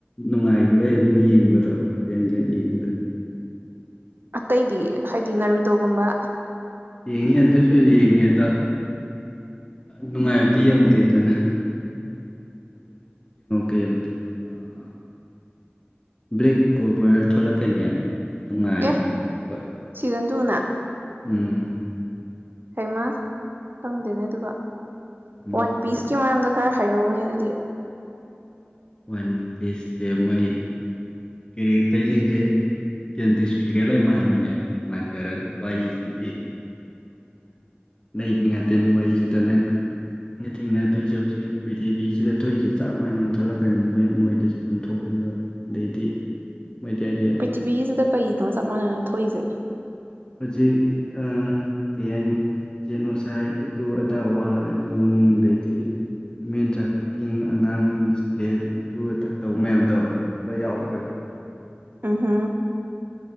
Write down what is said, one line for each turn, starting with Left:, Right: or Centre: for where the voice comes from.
Left: ꯅꯨꯡꯉꯥꯏꯒꯤꯕꯩ ꯑꯗꯨꯝ ꯌꯦꯡꯕꯗ꯫ <unintelligible>
Right: ꯑꯇꯩꯗꯤ ꯍꯥꯏꯗꯤ ꯅꯔꯨꯇꯣ ꯒꯨꯝꯕ꯫
Left: ꯌꯦꯡꯉꯤ ꯑꯗꯨꯁꯨ ꯌꯦꯡꯉꯤ ꯑꯗꯣ ꯅꯨꯡꯉꯥꯏꯕꯗꯣ ꯌꯧꯗꯦꯗꯅ <unintelligible> ꯕꯂꯦꯛ ꯀꯣꯕꯔ ꯊꯣꯔꯛꯀꯅꯤ ꯍꯥꯏꯕꯅꯤ꯫ ꯅꯨꯉꯥꯢꯅꯦꯕ꯫
Right: ꯑꯦ ꯁꯤꯖꯟ ꯇꯨꯅ
Left: ꯎꯝ꯫
Right: ꯍꯩꯃꯥ ꯈꯪꯗꯦꯅꯦ ꯑꯗꯨꯒ
Left: ꯎꯝ
Right: ꯋꯥꯟ ꯄꯤꯁ ꯀꯤ ꯃꯔꯝꯗ ꯈꯔ ꯍꯥꯏꯔꯛ ꯎꯅꯦ ꯑꯗꯨꯗꯤ꯫
Left: ꯋꯥꯟ ꯄꯤꯁꯁꯦ ꯃꯣꯏ ꯀꯦꯔꯦꯛꯇꯔ ꯖꯤꯡꯖꯦ ꯀꯦꯟ ꯗꯤꯁ ꯐꯤꯒꯔ ꯂꯣꯏ ꯃꯥꯟꯕꯅꯦꯕ ꯃꯥꯟꯖꯔꯁꯨ ꯋꯥꯔꯤꯖꯤꯗꯤ ꯑꯅꯩꯕꯤ ꯉꯥꯛꯇꯅꯤ ꯋꯥꯔꯤꯖꯤꯇ ꯅꯪ ꯅꯪꯅ ꯊꯦꯡꯅꯗꯣꯏꯖꯦ ꯍꯧꯖꯤꯛ ꯄ꯭ꯔꯤꯊꯤꯕꯤꯖꯤꯗ ꯊꯣꯛꯏꯖꯤ ꯆꯞ ꯃꯥꯟꯅ ꯊꯣꯛ ꯀꯩꯅꯣ ꯃꯣꯏ ꯃꯣꯏꯗꯁꯨ ꯑꯗꯨꯝ ꯊꯣꯛꯄꯅꯦꯕ ꯑꯗꯩꯗꯤ ꯃꯣꯏꯗꯤ ꯍꯥꯏꯁꯦ
Right: ꯄꯤꯇꯤꯕꯤꯁꯤꯗ ꯀꯩꯅꯣ ꯆꯞ ꯃꯥꯟꯅꯅ ꯊꯣꯛꯏꯁꯦ꯫
Left: <unintelligible>
Right: ꯎꯍꯨꯝ